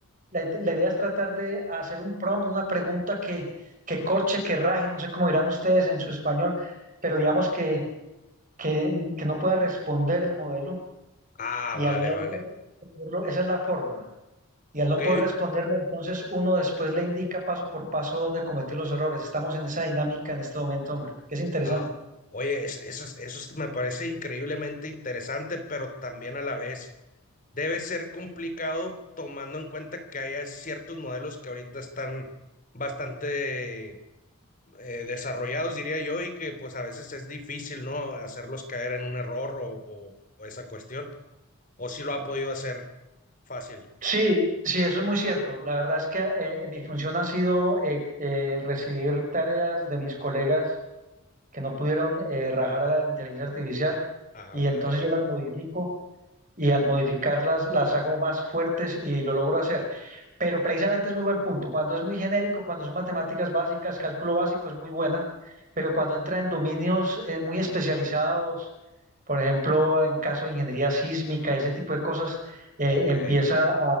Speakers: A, on the right; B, on the left.
A: la, la idea es tratar de hacer un prompt, una pregunta que, que corche, que raje, no sé cómo dirán ustedes en su español, pero digamos que, que, que no pueda responder el modelo
B: Ah,
A: y
B: vale,
A: al no
B: vale.
A: poder responderlo, esa es la forma. Y al
B: Ok,
A: no poder responderlo, entonces uno después le indica paso por paso dónde cometió los errores. Estamos en esa dinámica en este momento, hombre, que es interesante.
B: Ah, oye, es- eso, es- eso es- me parece increíblemente interesante, pero también a la vez debe ser complicado tomando en cuenta que hay ciertos modelos que ahorita están bastante eh, desarrollados, diría yo, y que pues a veces es difícil, ¿no? Hacerlos caer en un error o, o- o esa cuestión. O si lo ha podido hacer fácil.
A: Sí, sí, eso es muy cierto. La verdad es que eh, mi función ha sido eh, eh, recibir tareas de mis colegas que no pudieron eh, rajar a la inteligencia artificial
B: Ah,
A: y
B: vale,
A: entonces
B: vale.
A: yo las modifico y al modificarlas las hago más fuertes y lo logro hacer. Pero precisamente es muy buen punto. Cuando es muy genérico, cuando son matemáticas básicas, cálculo básico es muy buena, pero cuando entra en dominios eh, muy especializados, por ejemplo, en caso de ingeniería sísmica, ese tipo de cosas, eh,
B: Ok,
A: empieza a,